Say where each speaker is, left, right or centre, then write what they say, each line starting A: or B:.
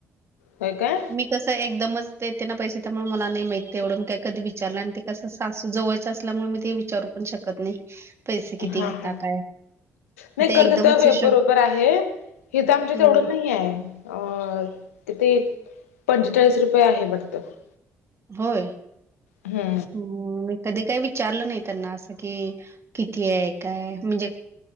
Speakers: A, on the left (about 80°); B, on the right (about 35°).
A: होय काय
B: <inaudible> तसं एकदमच देते ना पैसे, त्यामुळे मला नाही माहितते एवढं. म काय कधी विचारलं, आणि ते कसं सासू जवळ? ल्यामुळे मी ते विचारू पण शकत नाही, पैसे किती
A: हा
B: घेता
A: हा
B: काय?
A: नाही
B: ते
A: खर
B: एकदमच
A: तिथं
B: हिशोब
A: <inaudible> बरोबर आहे हे तर आमच्या
B: हं,
A: तेवढून नाही आहे अ, तित पंचेचाळीस रुपये आहे, वाटतं. <inaudible>
B: होय.
A: हम्म
B: हम्म, मी कधी काही विचारलं नाही त्यांना, असं कि किती आहे काय म्हणजे.